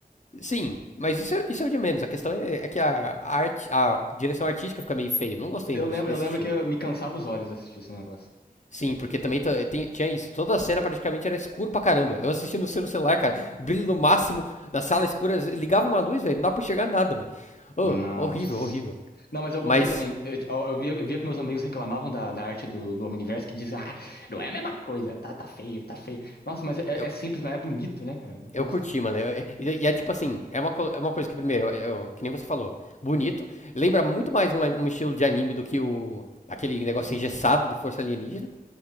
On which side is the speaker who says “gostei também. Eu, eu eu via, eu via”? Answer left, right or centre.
Left